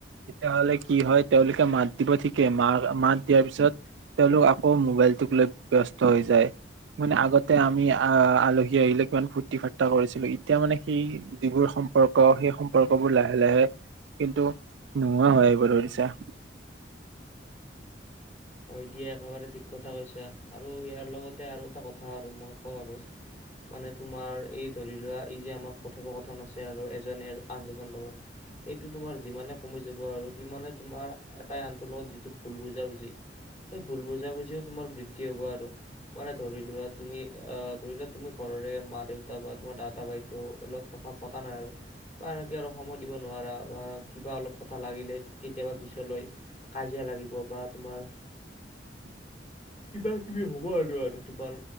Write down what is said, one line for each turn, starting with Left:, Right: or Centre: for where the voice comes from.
Right: তেতিয়াহলে কি হয় তেওঁলোকে মাত দিব ঠিকে মাৰ মাত দিয়াৰ পিছত তেওঁলোক আকৌ মোবাইলটোক লৈ ব্যস্ত হৈ যায়, মানে আগতে আমি আ-আলহী হি আহিলে কিমান ফূৰ্তি-ফাৰ্তা কৰিছিলো ইত্যিয়া মানে সেই যিবোৰ সম্পৰ্ক সেই সম্পৰ্কবোৰ লাহে-লাহে কিন্তু, নোহোৱা হৈ আহিব ধৰিছে।
Left: হয় দিয়া একেবাৰে ঠিক কথা কৈছা আৰু ইয়াৰ লগতে আৰু এটা কথা আৰু মই কওঁ আৰু মানে তোমাৰ এই ধৰি লোৱা এই যে আমাৰ কথোপ-কথন আছে আৰু এজ জোনে আন-দুজনৰ লগত সেইটো তোমাৰ যিমানে কমি যাব আৰু সিমানে তোমাৰ, এটাই আনটো লগত যিটো ভুল বুজাবুজি এই ভুল বুজাবুজিও তোমাৰ বৃদ্ধি হ'ব আৰু মানে ধৰি লোৱা তুমি আ ধৰিলোৱা তুমি তুমি ঘৰৰে মা-দেউতা বা তোমাৰ দাদা ভাইতিও, লত কথা পাতা নাই আৰু বা এনেকে আৰু সময় দিব নোৱাৰা বা কিবা অলপ কথা লাগিলে কেতিয়াবা পিছলৈ কাজিয়া লাগিব বা তোমাৰ
Right: <inaudible>
Left: কিবা-কিবি হ'ব আৰু-আৰু তোমাৰ